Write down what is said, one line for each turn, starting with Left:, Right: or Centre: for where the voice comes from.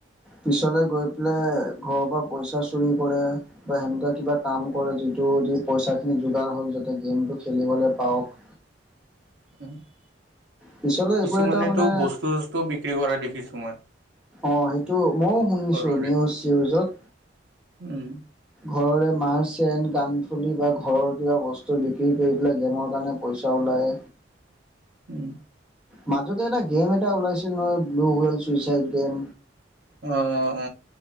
Centre: পিছলৈ গৈ পেলাই ঘৰৰ পৰা পইচা চুৰি কৰে। বা সেনেকুৱা কিবা কাম কৰে যিটো দি পইচাখিনি যোগাৰ হওঁক যাতে গেমটো খেলিবলৈ পাওঁক।
Right: উম,
Centre: পিছলৈ
Right: কিছুমানেতো
Centre: এইবোৰ এটা মানে
Right: বস্তু-চস্তুও বিক্ৰী কৰা দেখিছোঁ মই।
Centre: অ', সেইটো ময়ো শুনিছোঁ
Right: ঘৰৰে।
Centre: নিউজ-চিউজত।
Right: উম
Centre: ঘৰৰে মাৰ চেন, কাণফুলি বা ঘৰৰ কিবা বস্তু বিক্ৰী কৰি পেলাই গেমৰ কাৰণে পইচা ওলায়।
Right: উম।
Centre: মাজতে এটা গেম এটা ওলাইছিল নহয় ব্লু হুৱেল ছুইচাইড গেম।
Right: অ',